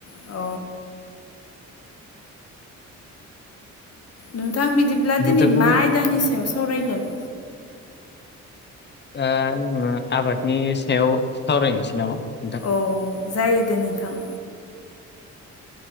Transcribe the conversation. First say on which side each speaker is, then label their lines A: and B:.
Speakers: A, on the left; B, on the left.
A: अ नोंथां बिदिब्ला दिनै
B: नोंथांखौ
A: मा आयदानि सायाव सावरायगोन?
B: ओ आबादनि सायाव सावरायनोसै नामा? नोंथां
A: औ जायो दे नोंथां।